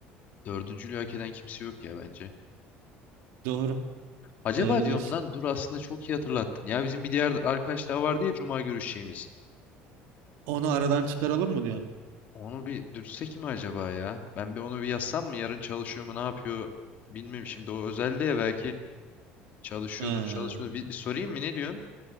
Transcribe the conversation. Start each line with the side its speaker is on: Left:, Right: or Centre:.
Left: dördüncülüğü hak eden kimse yok ya bence.
Right: Doğru.
Left: Acaba
Right: Doğru
Left: diyorum
Right: diyorsun.
Left: lan dur aslında çok iyi hatırlattın. Ya bizim bir diğer arkadaş daha vardı ya cuma görüşeceğimiz.
Right: Onu aradan çıkaralım mı diyorsun?
Left: Onu bir dürtsek mi acaba ya? Ben bir onu bir yazsam mı? Yarın çalışıyor mu ne yapıyor? Bilmiyorum şimdi o özel diye belki çalışıyordur
Right: Ee,
Left: çalışmıyor. Bir, bir sorayım mı ne diyorsun?